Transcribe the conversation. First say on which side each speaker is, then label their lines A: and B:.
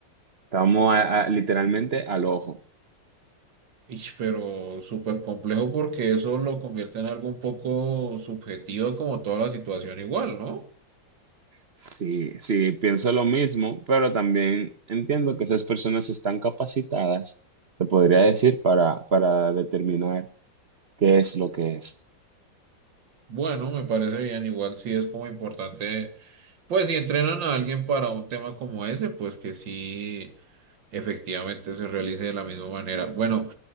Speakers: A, on the right (about 45°); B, on the right (about 75°).
A: estamos a- a- literalmente al ojo.
B: ish, pero súper complejo porque eso lo convierte en algo un poco subjetivo como toda la situación igual, ¿no?
A: Sí, sí, pienso lo mismo, pero también entiendo que esas personas están capacitadas, te podría decir, para, para determinar qué es lo que es.
B: Bueno, me parece bien, igual sí es como importante, pues si entrenan a alguien para un tema como ese, pues que sí efectivamente se realice de la misma manera. Bueno,